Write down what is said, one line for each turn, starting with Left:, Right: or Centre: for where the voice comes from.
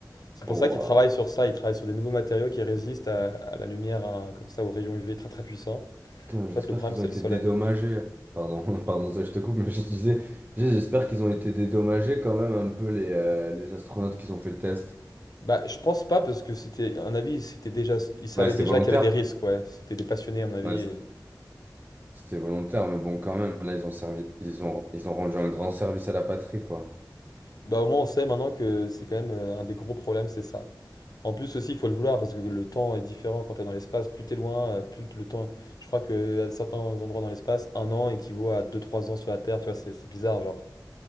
Left: C'est pour
Right: Ouah.
Left: ça qu'ils travaillent sur ça, ils travaillent sur des nouveaux matériaux qui résistent à, à la lumière, hein, comme ça, aux rayons UV très très puissants.
Right: Putain, j'espère
Left: En fait, le problème,
Right: qu'ils
Left: c'est
Right: ont été
Left: le soleil.
Right: dédommagés. Pardon, <laughs> pardon, ça, je te coupe, mais je disais, j'espère qu'ils ont été dédommagés quand même un peu les, euh, les astronautes qui ont fait le test.
Left: Bah, je pense pas parce que c'était, à mon avis, c'était déjà, ils savaient
Right: Ouais, c'était
Left: déjà
Right: volontaire.
Left: qu'il y avait des risques, ouais. C'était des passionnés, à mon avis.
Right: Ouais, c-
Left: et-
Right: c'était volontaire, mais bon, quand même, là, ils ont servi, ils ont, ils ont rendu un grand service à la patrie, quoi.
Left: Bah, au moins, on sait maintenant que c'est quand même euh, un des gros problèmes, c'est ça. En plus aussi, il faut le vouloir parce que le temps est différent quand tu es dans l'espace. Plus t'es loin, euh, plus t- le temps. Je crois que à certains endroits dans l'espace, un an équivaut à deux trois ans sur la Terre. Tu vois, c'est c'est bizarre, genre.